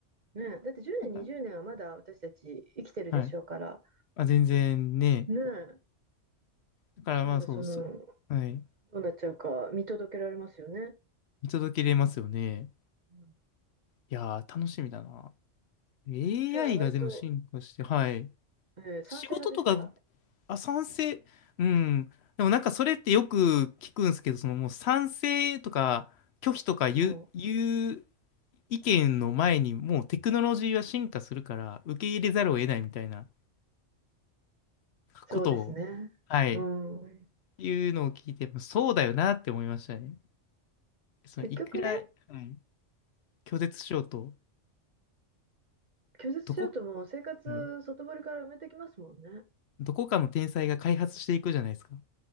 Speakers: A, on the right; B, on the left.
A: ねえ、だって10年、
B: なんか
A: 20年はまだ私たち生きてるでしょうから、
B: はい。あ、全然ね。
A: ねえ、
B: だからまあそう、
A: まだその、
B: そ、はい。
A: どうなっちゃうか見届けられますよね。
B: 見届けれますよね。
A: うん
B: いやー、楽しみだな。AI
A: じゃあ、割と、
B: がでも進化して、はい。
A: えー賛成派ですか
B: 仕事とかあ、賛成。うん。でもなんかそれってよく聞くんですけど、そのもう賛成とか拒否とか言う、
A: うん、
B: 言う意見の前にもうテクノロジーは進化するから受け入れざるを得ないみたいな
A: そうですね。
B: ことを、はい、
A: うん。
B: いうのを聞いて、そうだよなって思いましたね。そのいくら、
A: 結局ね、
B: はい、拒絶しようと、
A: 拒絶しようとも生活外堀から埋めてきますもんね。
B: どこ、はい、どこかの天才が開発していくじゃないですか。